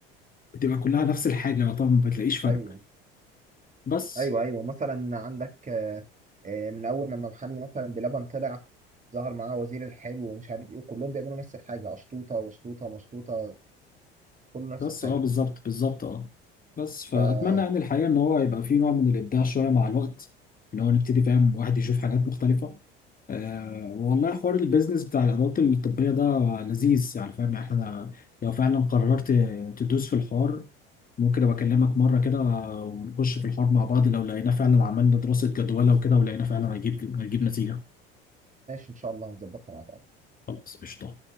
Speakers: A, on the left (about 30°); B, on the right (about 25°).
A: بتبقى كلها نفس الحاجة طبعا ما بتلاقيش فرق
B: ايوه
A: بس
B: ايوه ايوه مثلا عندك آه، آه، من اول لما محل مثلا بلبن طلع ظهر معاه وزير الحلو ومش عارف ايه وكلهم بيعملوا نفس الحاجه اشطوطه وشطوطه مشطوطه كله نفس
A: بس
B: الحاجه
A: اه بالظبط بالظبط اه بس فأتمنى
B: فماشي
A: يعني الحقيقة إن هو يبقى فيه نوع من الإبداع شوية مع الوقت اللي هو نبتدي فاهم واحد يشوف حاجات مختلفة آه والله حوار البيزنس بتاع الإدارات الطبية ده لذيذ يعني فاهم احنا لو فعلا قررت تدوس في الحوار ممكن ابقى اكلمك مره كده ونخش في الحوار مع بعض لو لقينا فعلا عملنا دراسه جدوى وكده ولقينا فعلا هيجيب هيجيب نتيجه
B: ان شاء الله هنظبطها مع بعض
A: خلاص قشطه